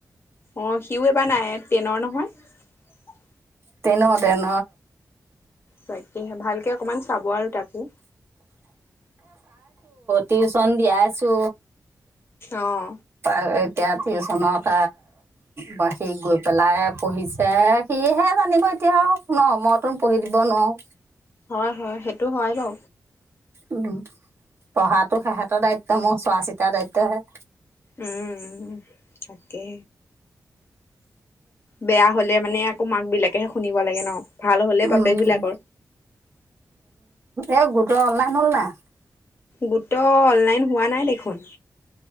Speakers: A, on the left; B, on the right.
A: অ' সিও এবাৰ নাই-টেইনৰ নহয়?
B: তেন তেন।
A: তাকেহে ভালকে অকমান। চাব আৰু তাকো।
B: টিছন দিয়াইছো।
A: অহ।
B: ত এতিয়া টিউচনত পা সি গৈ পেলাই পঢ়িছে। সিহে জানিব এতিয়া আৰু ন মইতোন পঢ়ি দিব নোৱাৰোঁ।
A: হয় হয় সেইটো হয় বাৰু।
B: উম পঢ়াতটো সিহঁতৰ দায়িত্ব মোৰ চোৱা চিতাৰ দায়িত্বহে।
A: উম তাকে। বেয়া হ'লে মানে। মাক বিলাকেহে শুনিব লাগে ন। ভাল হ'লেই
B: উম,
A: বাপেক বিলাকৰ।
B: এ গোট অনলাইন হ'ল নাই।
A: গোট অনলাইন হোৱা নাই দেখোন।